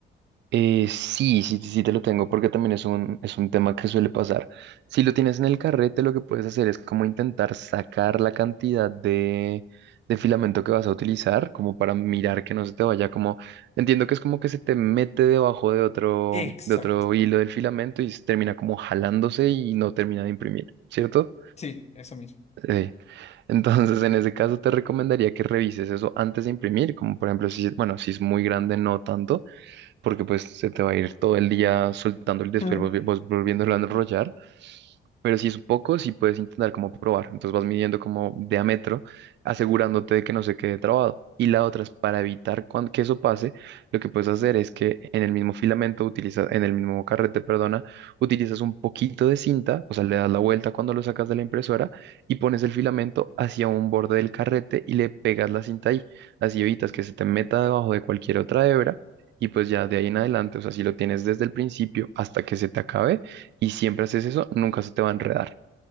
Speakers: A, on the right; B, on the left.
A: Eh, sí, sí, sí te lo tengo porque también es un, es un tema que suele pasar. Si lo tienes en el carrete, lo que puedes hacer es como intentar sacar la cantidad de, de filamento que vas a utilizar, como para mirar que no se te vaya como, entiendo que es como que se te mete debajo de otro,
B: Exacto.
A: de otro hilo del filamento y se termina como jalándose y no termina de imprimir, ¿cierto?
B: Sí, eso mismo.
A: Sí. Entonces, en ese caso, te recomendaría que revises eso antes de imprimir, como por ejemplo, si, bueno, si es muy grande, no tanto porque pues se te va a ir todo el día soltando el después
B: <laughs>
A: volvi- vos volviéndolo a enrollar. Pero si es un poco, sí puedes intentar como probar. Entonces vas midiendo como de a metro, asegurándote de que no se quede trabado. Y la otra es para evitar cuan- que eso pase, lo que puedes hacer es que en el mismo filamento utilizas, en el mismo carrete, perdona, utilizas un poquito de cinta, o sea, le das la vuelta cuando lo sacas de la impresora y pones el filamento hacia un borde del carrete y le pegas la cinta ahí. Así evitas que se te meta debajo de cualquier otra hebra y pues ya de ahí en adelante, o sea, si lo tienes desde el principio hasta que se te acabe y siempre haces eso, nunca se te va a enredar.